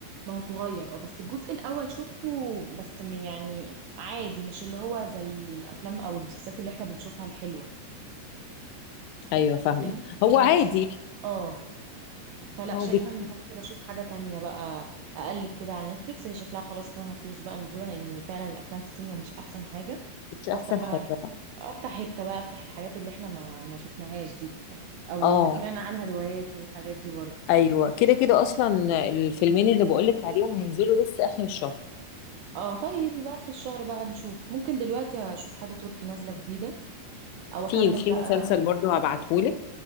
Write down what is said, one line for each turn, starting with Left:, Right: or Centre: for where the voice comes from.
Right: ما هو صغير اه بس الجزء الاول شفته بس م- يعني عادي مش اللي هو زي الافلام او المسلسلات اللي احنا بنشوفها الحلوه
Left: ايوه فاهمه
Right: فاهماني
Left: هو
Right: فنفس
Left: عادي
Right: <laughs>
Left: يعني،
Right: اه فلا
Left: هو
Right: شايفه
Left: بيك-
Right: ان ممكن اشوف حاجه تانية بقى اقلب كده على نتفليكس هي شكلها خلاص كده ما فيش بقى نزوله لان فعلا الافلام في السينما مش احسن حاجه
Left: مش احسن
Right: وافتح بقى
Left: حاجه
Right: افتح هيبتا بقى افتح الحاجات اللي احنا ما ما شفناهاش دي او
Left: اه
Right: اللي سمعنا عنها روايات والحاجات دي برضه
Left: ايوه كده كده اصلا
Right: <laughs>
Left: الفيلمين اللي بقولك عليهم هينزلوا لسه اخر الشهر
Right: اه طيب يبقى اخر الشهر بقى نشوف ممكن دلوقتي اشوف حاجة تركي نازلة جديدة او
Left: في
Right: اكمل
Left: في
Right: بقى
Left: مسلسل برضه هبعتهولك